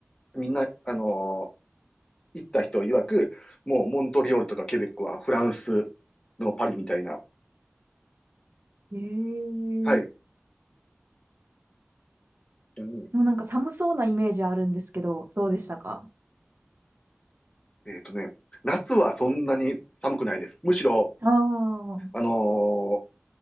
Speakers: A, on the left; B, on the right.
A: みんな、あの、行った人曰く、もう、モントリオールとかケベックはフランスのパリみたいな、
B: ええー。
A: はい、うん、
B: でもなんか寒そうなイメージあるんですけど、どうでしたか
A: えっとね、夏はそんなに寒くないです。むしろ、
B: ああー、
A: あのー